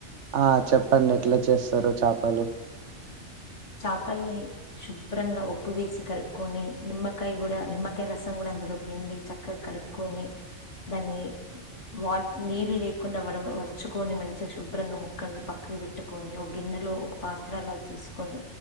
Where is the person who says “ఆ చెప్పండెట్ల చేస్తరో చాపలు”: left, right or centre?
Right